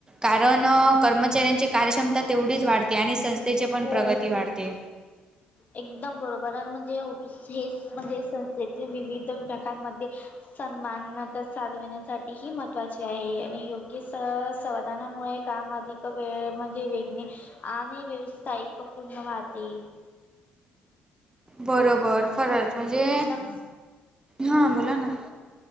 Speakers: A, on the right; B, on the left.
A: कारण, कर्मचाऱ्यांची कार्यक्षमता तेवढीच वाढते, आणि संस्थेची पण
B: हो
A: प्रगती वाढते.
B: एकदम बरोबर, आणि म्हणजे फस हेच, म्हणजे संस्थेतील विविध विभागांमध्ये सन्मानता साधविण्यासाठीही महत्त्वाचे आहे, आणि योग्य स, समाधानामुळे काम, अधिक वेळ म्हणजे वेगने, आणि व्यवसायिक पूर्ण वाहते.
A: बरोबर, खरंच, म्हणजे...
B: नक्की
A: हा, बोला ना